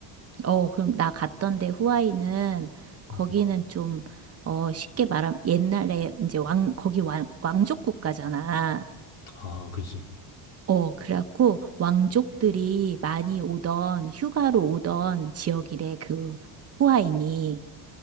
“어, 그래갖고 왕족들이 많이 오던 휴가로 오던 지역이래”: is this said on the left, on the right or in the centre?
Right